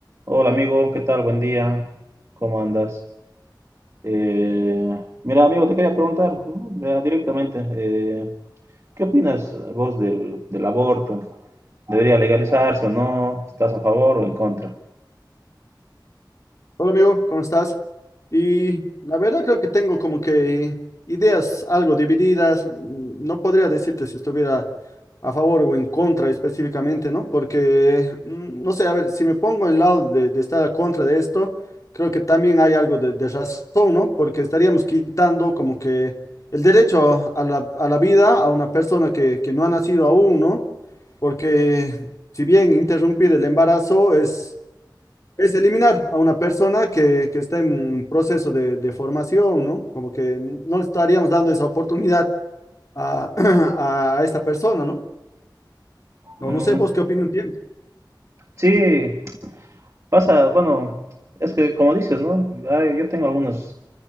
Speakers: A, on the right; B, on the left.
A: Hola amigo, ¿qué tal? Buen día, ¿cómo andas? Eh, mira amigo, te quería preguntar, ¿no? Ya directamente, eh, ¿qué opinas vos del, del aborto? ¿Debería legalizarse o no? ¿Estás a favor o en contra?
B: Hola amigo, ¿cómo estás? Y la verdad creo que tengo como que ideas algo divididas. mm, No podría decirte si estuviera a favor o en contra específicamente, ¿no? Porque, mm, no sé, a ver, si me pongo en el lado de, de estar a contra de esto, creo que también hay algo de, de razón, ¿no? Porque estaríamos quitando como que el derecho a la, a la vida a una persona que, que no ha nacido aún, ¿no? Porque si bien interrumpir el embarazo es es eliminar a una persona que, que está en proceso de, de formación, ¿no? Como que no le estaríamos dando esa oportunidad a, <clears throat> a esta persona, ¿no? No,
A: Mm,
B: no sé vos qué opinión tienes.
A: sí, pasa, bueno, es que como dices, ¿no? Ay, yo tengo algunos,